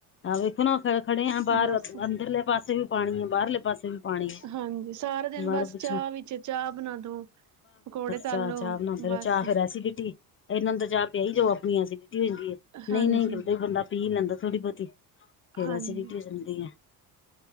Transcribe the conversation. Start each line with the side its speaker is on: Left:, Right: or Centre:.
Left: ਆਹ ਵੇਖੋ ਨਾ ਖੜੇ ਆ ਬਾਹਰ
Right: ਬਸ
Left: ਅੰਦਰਲੇ ਪਾਸੇ ਵੀ ਪਾਣੀ ਆ ਬਾਹਰਲੇ ਪਾਸੇ ਵੀ। <inaudible>
Right: ਹਾਂਜੀ ਸਾਰਾ ਦਿਨ ਬਸ ਚਾਹ ਵਿੱਚ ਚਾਹ ਬਣਾ ਦੋ ਪਕੌੜੇ ਤਲ
Left: ਚਾਹ
Right: ਲੋ
Left: ਚਾਹ ਬਣਾਉਦੇ ਰ
Right: ਬਸ
Left: ਚਾਹ ਫੇਰ ਐਸੀ ਗਟੀ, ਇਹਨਾ ਨੂੰ ਤਾ ਚਾਹ ਪਿਆਈ ਜਾੳ, ਨਹੀ-ਨਹੀ
Right: ਹਾਂਜੀ
Left: ਬੰਦਾ ਥੋੜੀ-ਥੋੜਾ ਬਹੁਤੀ ਪੀ ਲੈਦਾ। ਫੇਰ
Right: ਹਾਂਜੀ
Left: ਐਸੀਡਿਟੀ ਹੋ ਜਾਂਦੀ ਹੈ,